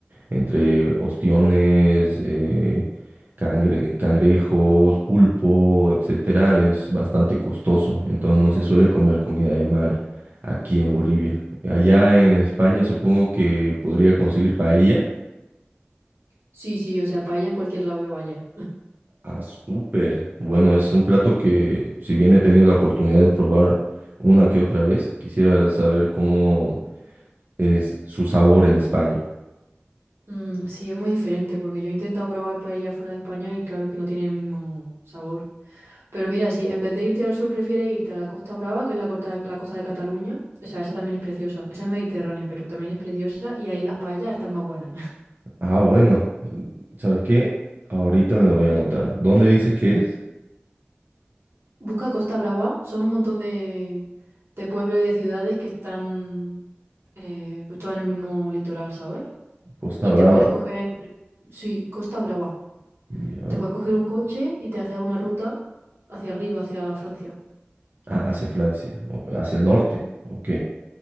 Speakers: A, on the right (about 50°); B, on the right (about 90°).
A: entre ostiones, eh, cangre- cangrejos, pulpo, etcétera, es bastante costoso. Entonces no se suele comer comida de mar aquí en Bolivia. Allá en España supongo que podría conseguir paella.
B: Sí, sí, o sea, paella en cualquier lado que vayas.
A: Ah, súper. Bueno, es un plato que si bien he tenido la oportunidad de probar una que otra vez, quisiera saber cómo es su sabor en España.
B: Mm, sí, es muy diferente porque yo he intentado probar paella fuera de España y claro que no tiene el mismo sabor. Pero mira, si en vez de irte al sur prefieres irte a la Costa Brava, que es la costa, la costa de Cataluña, o sea, esa también es preciosa. Esa es mediterránea, pero también es preciosa y ahí las paellas están más buenas. <laughs>
A: Ah, bueno. ¿Sabes qué? Ahorita me lo voy a anotar. ¿Dónde dices que es?
B: Busca Costa Brava, son un montón de, de pueblos y de ciudades que están eh, pues todas en el mismo litoral, ¿sabes?
A: Costa
B: Y
A: Brava.
B: te puedes coger, sí, Costa Brava.
A: Ya.
B: Te puedes coger un coche y te haces una ruta hacia arriba, hacia Francia.
A: Ah, hacia Francia, o- hacia el norte.
B: Mm.
A: Ok.